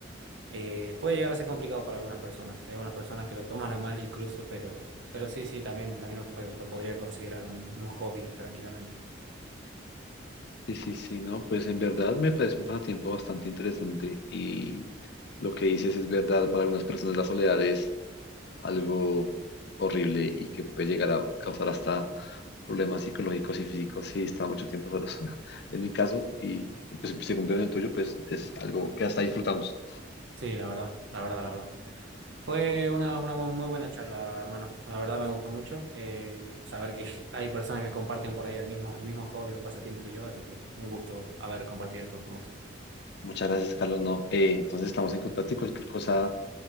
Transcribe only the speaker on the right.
eh, puede llegar a ser complicado para algunas personas. Hay algunas personas que lo toman a mal incluso, pero, pero sí, sí, también, también lo, lo podría considerar un, un hobby tranquilamente.
Sí, la verdad, la verdad, la verdad. Fue una, una bu- muy buena charla, hermano. La verdad me gustó mucho eh, saber que <laughs> hay personas que comparten por ahí el mismo, el mismo hobby o pasatiempo que yo, así que un gusto haber compartido esto con vos.